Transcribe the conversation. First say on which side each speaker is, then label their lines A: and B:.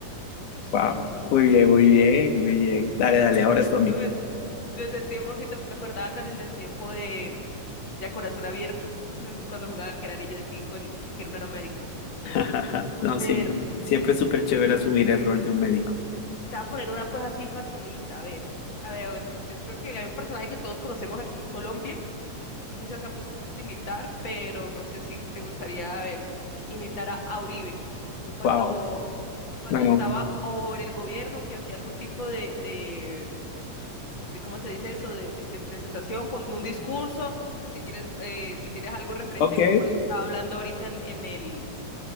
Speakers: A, on the left (about 35°); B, on the left (about 70°).
A: Entonces,
B: Wow.
A: dale, entonces,
B: Muy bien,
A: muchas
B: muy
A: gracias.
B: bien,
A: Eva.
B: muy bien. Dale, dale, ahora tú a mí.
A: No me- Desde el tiempo que tam- me acordaba con el del tiempo de, de A Corazón Abierto, me ju- cuando jugaba que era niña así, con, el- que era un aeromédico.
B: <laughs> No,
A: A
B: siempre,
A: ver,
B: siempre es súper chévere asumir el rol de un médico.
A: te voy a poner una pues así facilita, a ver. A ver, a ver, yo creo que hay un personaje que todos conocemos aquí en Colombia No sé si sea muy difícil de imitar, pero no sé si te gustaría, a ver, imitar a, a Uribe cuando,
B: Wow.
A: cuando
B: Bueno,
A: estaba o en el gobierno que hacía algún tipo de, de, de ¿cómo se dice eso? De, de, de presentación, con un discurso, o si quieres, eh, si tienes algo referente
B: ok.
A: de cómo él está hablando ahorita en, en el,